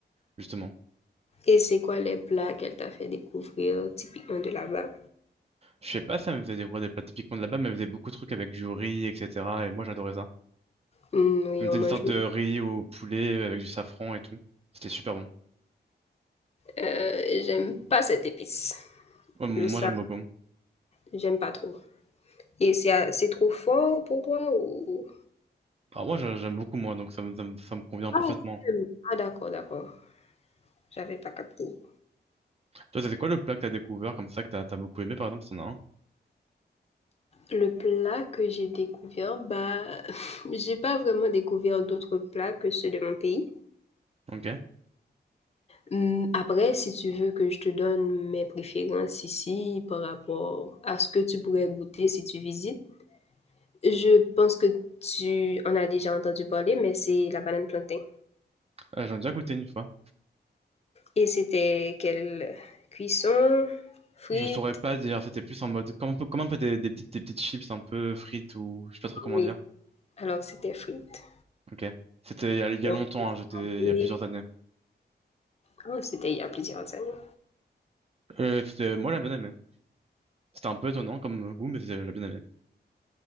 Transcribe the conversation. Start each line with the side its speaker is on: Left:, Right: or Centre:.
Right: justement.
Left: Et c'est quoi les plats qu'elle t'a fait découvrir typiquement de là-bas
Right: Je sais pas, ça me faisait découvrir des plats typiquement de là-bas, mais elle faisait beaucoup de trucs avec du riz, etc. Et moi, j'adorais ça.
Left: Hum, Oui,
Right: Elle mettait
Left: on mange
Right: une sorte de riz au poulet avec du safran et tout. C'était super bon.
Left: Euh, j'aime pas cette épice.
Right: Ouais, Moi,
Left: Le sable,
Right: j'aime beaucoup.
Left: j'aime pas trop. Et c'est c'est trop fort pour toi ou...
Right: Alors moi, j'a- j'aime beaucoup, moi, donc ça me, ça me, ça me convient
Left: Ah,
Right: parfaitement.
Left: t'aimes. Ah d'accord, d'accord. J'avais pas capté.
Right: Toi, c'était quoi le plat que t'as découvert comme ça, que t'as, t'as beaucoup aimé, par exemple, si t'en as un?
Left: Le plat que j'ai découvert, bah, <laughs> j'ai pas vraiment découvert d'autres plats que ceux de mon pays.
Right: Ok.
Left: Hum, Après, si tu veux que je te donne mes préférences ici par rapport à ce que tu pourrais goûter si tu visites, je pense que tu en as déjà entendu parler, mais c'est la banane plantain.
Right: Euh, j'en ai déjà goûté une fois.
Left: Et c'était quelle cuisson? Frites?
Right: Je saurais pas dire, c'était plus en mode, comme un peu, comme un peu des, des petites, des petites chips un peu frites ou je sais pas trop comment
Left: Oui,
Right: dire.
Left: alors c'était frites.
Right: Ok. C'était il y a, il y a
Left: On
Right: longtemps,
Left: s'habille-
Right: hein, j'étais, il y a plusieurs années.
Left: Ah, c'était il y a plusieurs années.
Right: Euh, c'était, moi, j'ai bien aimé. C'était un peu étonnant comme goût, mais c'est- j'ai bien aimé.